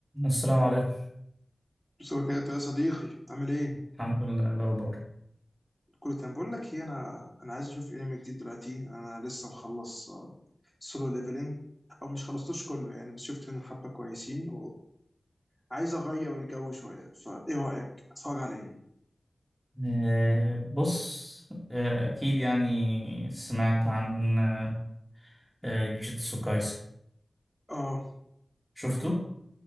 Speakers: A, on the right; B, in the centre.
A: السلام عليكم
B: مساء يا صديقي عامل ايه؟
A: الحمد لله إيه الأخبار
B: كله تمام بقول لك ايه انا انا عايز اشوف انمي جديد دلوقتي انا لسه مخلص سولو ليفلنج او مش خلصتوش كله يعني بس شفت منه حبه كويسين وعايز اغير الجو شويه فايه رايك اتفرج على ايه؟
A: آه، بص آه، أكيد يعني سمعت عن آه، آه، جوجيتسو كايسن
B: اه
A: شفته؟